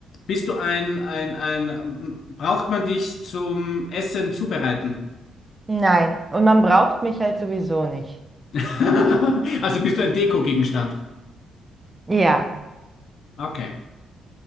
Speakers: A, on the left (about 60°); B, on the right (about 20°).
A: bist du ein, ein, ein, ähm, braucht man dich zum Essen zubereiten?
B: nein. Und man braucht mich halt sowieso nicht.
A: <laughs> Also bist du ein Dekogegenstand?
B: Ja,
A: Okay.